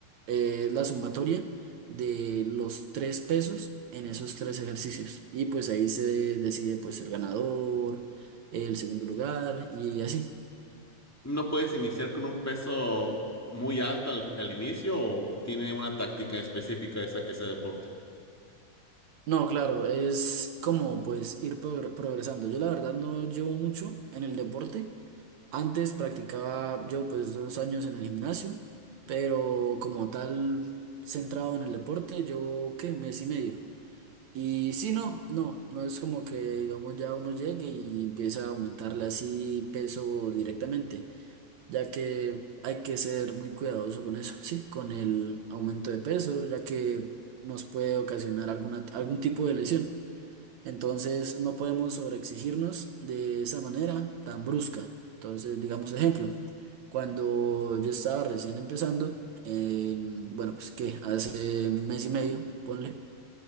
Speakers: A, on the right (about 65°); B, in the centre.
A: Eh, Es la sumatoria de los tres pesos en esos tres ejercicios. Y pues ahí se decide pues el ganador, el segundo lugar y así.
B: ¿No puedes iniciar con un peso muy alto al, al inicio o tiene una táctica específica esa- ese deporte?
A: No, claro, es como pues ir progr- progresando. Yo la verdad no llevo mucho en el deporte. Antes practicaba yo pues dos años en el gimnasio, pero como tal centrado en el deporte, yo qué, mes y medio. Y sí, no, no, no es como que digamos ya uno llegue y empieza a aumentarle así peso directamente ya que hay que ser muy cuidadoso con eso, sí, con el aumento de peso, ya que nos puede ocasionar alguna, algún tipo de lesión. Entonces, no podemos sobreexigirnos de esa manera tan brusca. Entonces, digamos ejemplo, cuando yo estaba recién empezando, en- bueno, pues que hace un mes y medio, ponle.